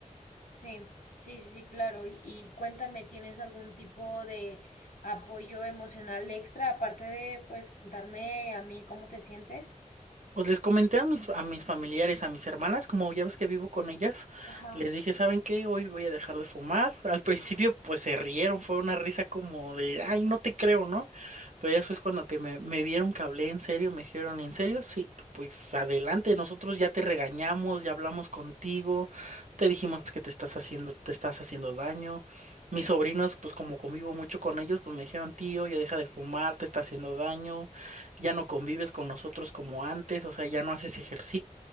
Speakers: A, on the left; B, on the right.
A: Sí, sí, sí, sí, claro. Y, y cuéntame, ¿tienes algún tipo de apoyo emocional extra aparte de, pues, contarme a mí cómo te sientes?
B: Pues les comenté a mis, a mis familiares, a mis hermanas, como ya ves que vivo con ellas,
A: Ajá.
B: les dije, ¿saben qué? Hoy voy a dejar de fumar. <laughs> Al principio pues se rieron, fue una risa como de, ay, no te creo, ¿no? Pero ya después cuando que me, me vieron que hablé en serio, me dijeron, ¿en serio? Sí, pues adelante, nosotros ya te regañamos, ya hablamos contigo, te dijimos que te estás haciendo, te estás haciendo daño. Mis sobrinos, pues como convivo mucho con ellos, pues me dijeron, tío, ya deja de fumar, te está haciendo daño ya no convives con nosotros como antes, o sea, ya no haces ejercicio